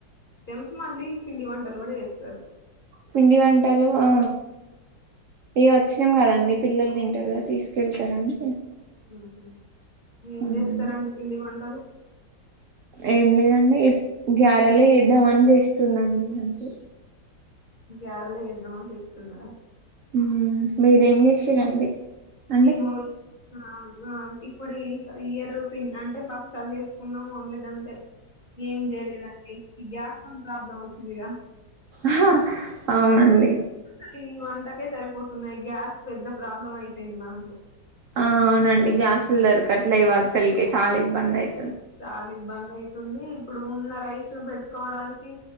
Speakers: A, on the left (about 35°); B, on the right (about 80°).
A: స్ మళ్ళీ పిండి వంటలు కూడా చెస్తారు
B: పిండి వంటలు ఆ ఇగ వచ్చినాం కదండి పిల్లలు తింటారుగ తీసుకెళ్తారు అని
A: మ్ హు ఏం
B: అవునండి
A: చేస్తారండి పిండి వంటలు
B: ఏం లేదండి గ్యారెలే చెద్దమని చేస్తుందండి అంతే
A: గ్యారలే ఇద్దామని చెస్తున్నారా
B: మ్ మీరేం చేసిరండి అండి
A: మీము ఆ ఆ ఇప్పుడు ఈ ఇయరు పిం అంటే భక్షలు చేసుకున్నాం ఓన్లీ గంతే ఏం చేయలేదండి ఈ గ్యాస్ తోని ప్రాబ్లం వచ్ లిగా
B: ఆ అవునండి
A: అసలు ఈ వంటకే సరిపోతున్నాయి గ్యాస్ పెద్ద ప్రాబ్లం అయి పింది మాకు
B: ఆ అవునండి గ్యాస్ ఇల్లరు కాట్లేవ్ అస్సకే చాలా ఇబ్బంది అయి
A: చాలిబ్బందయి ఇప్పుడు ఉన్న రైస్ పెట్టుకోవడానికి